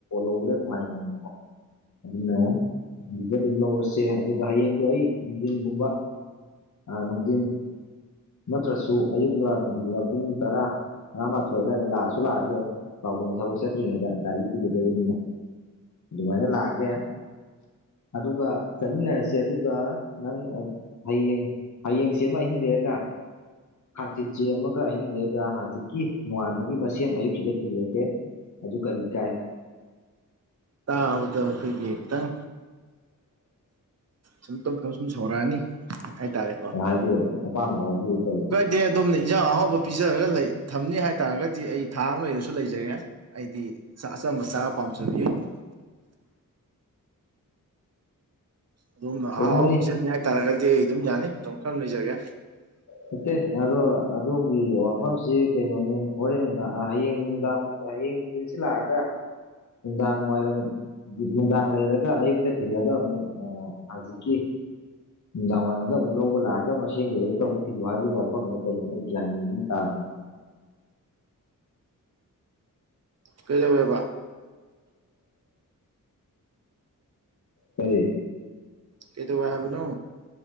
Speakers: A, on the left (about 60°); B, on the right (about 50°).
A: ꯂꯧꯕꯗ ꯅꯨꯡꯉꯥꯏꯕꯅꯦꯕꯀꯣ ꯑꯗꯨꯅ ꯑꯗꯨꯗ ꯑꯗꯨꯝ ꯂꯧꯔꯁꯤ ꯁꯦ ꯑꯗꯨꯒ ꯍꯌꯦꯡꯗꯣ ꯑꯩ ꯅꯨꯡꯊꯤꯟꯒꯨꯝꯕ ꯅꯨꯡꯊꯤꯟ ꯅꯠꯇ꯭ꯔꯁꯨ ꯑꯌꯨꯛꯂ ꯑꯔꯃꯗꯨꯜꯂꯥ ꯄꯨꯡ ꯇꯔꯥ ꯇꯔꯥ ꯃꯥꯊꯣꯏ ꯑꯗꯨꯋꯥꯏꯗ ꯂꯥꯛꯑꯁꯨ ꯂꯥꯛꯑꯒꯦ ꯥꯕꯨꯡꯅ ꯊꯕꯛ ꯆꯠꯇ꯭ꯔꯤꯉꯩꯗ ꯒꯥꯔꯤ ꯄꯨꯒꯗꯕꯅꯤꯅ ꯑꯗꯨꯃꯥꯏꯅ ꯂꯥꯛꯑꯒꯦ ꯑꯗꯨꯒ ꯆꯠꯃꯤꯟꯅꯔꯁꯦ ꯑꯗꯨꯒ ꯅꯪ ꯍꯌꯦꯡ ꯍꯌꯦꯡꯁ ꯑꯃ ꯑꯍꯤꯡ ꯂꯦꯛꯑꯒ ꯍꯥꯡꯆꯤꯠ ꯆꯦꯃꯒ ꯑꯍꯤꯡ ꯂꯦꯛꯑꯒ ꯍꯥꯡꯆꯤꯠꯀꯤ ꯅꯣꯡꯉꯥꯟꯕꯒꯤ ꯃꯁꯦꯝ ꯑꯌꯨꯛꯁꯤꯗ ꯊꯤꯜꯂꯀꯦ ꯑꯗꯨ ꯀꯔꯤ ꯀꯥꯏ
B: ꯇꯥ ꯎꯗꯈꯒꯤꯇꯪ ꯁꯨꯝ ꯇꯞ ꯇꯞ ꯁꯨꯝ ꯁꯧꯔꯛꯑꯅꯤ ꯍꯥꯏꯇꯥꯔꯦ
A: ꯍꯥꯏꯕꯤꯅꯦ ꯑꯄꯥꯝꯕꯒ ꯍꯥꯏꯕꯤꯨ ꯀꯩꯅꯣ
B: ꯗꯦ ꯑꯗꯣꯝꯅ ꯏꯟꯖꯥꯡ ꯑꯍꯥꯎꯕ ꯄꯤꯖꯔꯒ ꯂꯩ ꯊꯝꯅꯤ ꯍꯥꯏꯇꯥꯥꯔꯒꯗꯤ ꯑꯩ ꯊꯥ ꯑꯃ ꯂꯩꯔꯁꯨ ꯂꯩꯖꯒꯦ ꯑꯩꯗꯤ ꯑꯆꯝꯕ ꯆꯥꯕ ꯄꯥꯝꯖꯕ ꯌꯏꯅꯤ ꯑꯗꯨꯝ ꯑꯍꯥꯎ
A: ꯀꯩꯅꯣꯅꯤ
B: ꯍꯥꯎ ꯄꯤꯖꯅꯤ ꯍꯥꯏꯇꯥꯥꯔꯒꯗꯤ ꯑꯩ ꯑꯗꯨꯝ ꯌꯥꯅꯤ ꯑꯗꯨꯝ ꯀꯔꯝ ꯂꯩꯖꯒꯦ
A: ꯅꯠꯇꯦ ꯑꯗꯣ ꯑꯗꯣꯝꯒꯤ ꯋꯥꯐꯝꯁꯤ ꯀꯩꯅꯣꯅꯤ ꯍꯣꯔꯦꯟ ꯅꯨꯡꯗꯥꯡ ꯍꯌꯦꯡ ꯅꯨꯡꯗꯥꯡ ꯍꯌꯦꯡ ꯅꯨꯡ ꯁꯤ ꯂꯥꯛꯑꯒ ꯅꯨꯡꯗꯥꯡ ꯋꯥꯏꯔꯝ ꯅꯨꯡꯗꯥꯡ ꯂꯩꯔꯒ ꯑꯌꯨꯛꯇ ꯊꯤꯜꯂꯒ ꯑꯃꯨꯛ ꯍꯥꯡꯆꯤꯛꯀꯤ ꯗ ꯃꯂꯒ ꯂꯑꯒ ꯃꯁꯟꯒꯦ ꯊ‌ꯣꯡ ꯊꯤꯜꯂꯨ ꯍꯥꯏꯕ ꯋꯥꯐꯝꯗ ꯀꯩꯅꯣ ꯑꯩ ꯒ꯭ꯌꯥꯟ ꯃ‌ꯦꯟ ꯑꯃ ꯇꯥꯗꯔꯦ
B: ꯀꯩꯗꯧꯌ‌ꯦꯕ
A: ꯀꯔꯤ
B: ꯀꯩꯗꯧꯋ‌ꯦ ꯍꯥꯏꯕꯅꯣ